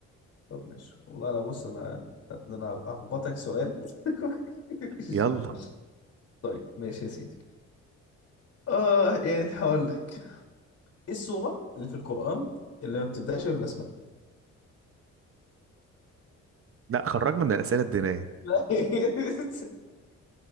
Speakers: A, on the left; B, on the right.
A: طب ماشي والله لا بص انا ده انا اخبطك سؤال <laughs>
B: يلا
A: طيب ماشي يا سيدي اه يعني هقول لك ايه السورة اللي في القرآن اللي ما بتبدأش بالبسملة
B: لا خرجنا من الأسئلة الدينية
A: لا <laughs>